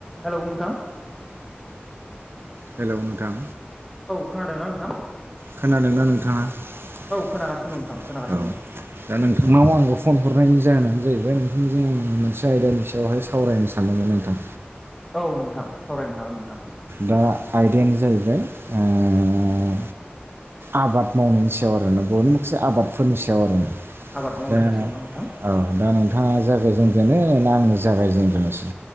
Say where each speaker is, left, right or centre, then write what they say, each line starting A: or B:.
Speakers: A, in the centre; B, on the right.
A: Hello नोंथां
B: hello नोंथां
A: खोनादों ना नोंथां
B: खोनादोंना नोंथाङा औ
A: खोनागासिनो दं नोंथां खोनागासिनो
B: दा नोंथांनाव आङो फन हरनायनि जाहोनानो जाहैबाय नोंथांजों मोनसे आयदानि सायावहाय सावरायनो सानदोंमोन नोंथां
A: औ नोंथां सावरायनो हागोन नोंथां
B: दा आइदायानो जाहैबाय ओ आबाद मावनायनि सायाव आरो बर'नि माखासे आबादफोरनि सायाव आरो ना
A: आबाद मावनायनि
B: दा
A: सायावना नोंथां
B: औ दा नोंथाङा जायागाय जेनजोनो ना आंनो जागायजेनगोनोसै